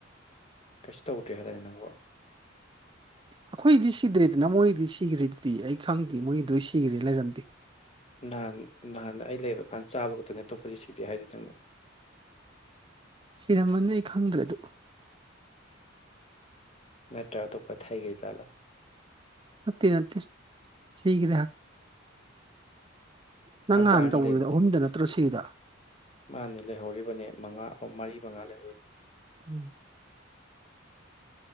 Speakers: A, on the left; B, on the right.
A: ꯀꯩꯁꯨ ꯗꯔ꯭ꯦ ꯍꯥꯏꯗꯥꯏ ꯅꯪꯕ
B: ꯑꯩꯈꯣꯏꯗꯤ ꯁꯤꯗ꯭ꯔꯦꯗꯅ ꯃꯣꯏꯒꯤꯗꯤ ꯁꯤꯈ꯭ꯔꯦꯗꯤ ꯑꯩ ꯈꯪꯗꯦ ꯃꯣꯏꯒꯤꯗ ꯁꯤꯈ꯭ꯔꯦ ꯂꯩꯔꯝꯗꯦ
A: ꯅꯍꯥꯟ ꯅꯍꯥꯟ ꯑꯩ ꯂꯩꯕ ꯀꯥꯟꯗ ꯆꯥꯕ ꯈꯛꯇꯪꯅꯦ ꯑ ꯇꯣꯞꯄꯗꯤ ꯁꯤꯗꯦ ꯍꯥꯏꯗꯨꯗꯤ ꯃ
B: ꯁꯤꯔꯝꯃꯅꯤ ꯑꯩ ꯈꯪꯗ꯭ꯔꯦ ꯑꯗꯨ
A: ꯅꯠ ꯑꯇꯣꯄ ꯊꯩꯒꯩꯖꯠꯂꯣ
B: ꯑꯠꯇꯦ ꯅꯠꯇꯦ ꯁꯒ꯭ꯔꯦ ꯍꯥꯏ ꯅꯡ
A: ꯃꯆꯥ
B: ꯅꯍꯥꯟ
A: ꯑꯅꯤ
B: ꯇꯧꯕꯗꯨꯗꯤ
A: ꯂꯩꯕꯗꯤ
B: ꯑꯍꯨꯝꯗ ꯅꯠꯇ꯭ꯔꯣ ꯁꯤꯒꯔ꯭ꯤꯗꯣ
A: ꯃꯥꯅꯦ ꯂꯩꯍꯧꯔꯤꯕꯅꯦ ꯃꯉꯥ ꯑꯣ ꯃꯔꯤ ꯃꯉꯥ ꯂꯩ
B: ꯎꯝ